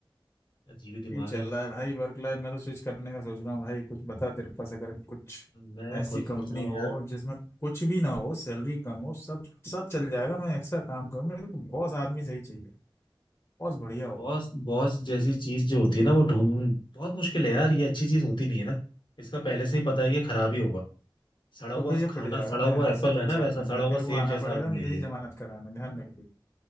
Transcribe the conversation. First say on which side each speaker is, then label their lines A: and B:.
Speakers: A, on the left (about 65°); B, on the left (about 30°).
A: है अजीब ही दिमाग
B: यही चल
A: है
B: रहा है भाई वर्क लाइफ मैं तो स्विच करने का सोच रहा हूँ भाई कुछ बता तेरे पास अगर कुछ
A: मैं
B: ऐसी
A: खुद
B: कंपनी
A: सोच रहा हूँ
B: हो
A: यार
B: जिसमें कुछ भी ना हो सैलरी कम हो सब सब चल जाएगा मैं एक्स्ट्रा काम करूँ मेरे को बॉस आदमी सही चाहिए बॉस बढ़िया हो
A: बॉस बॉस जैसी चीज जो होती है ना वो ढूंढ बहुत मुश्किल है यार ये अच्छी चीज होती नहीं है ना इसका पहले से ही पता है कि ये खराब ही होगा सड़ा हुआ
B: तो फिर ये
A: खाना
B: पिट जाएगा
A: सड़ा
B: मेरे
A: हुआ
B: हाथ
A: एप्पल
B: से दो
A: है
B: चार
A: ना वैसा
B: दिन
A: सड़ा
B: में तेरे
A: हुआ
B: को
A: सेब
B: आना
A: जैसा
B: पड़ेगा
A: आदमी है
B: मेरी
A: ये
B: जमानत कराने ध्यान रखिए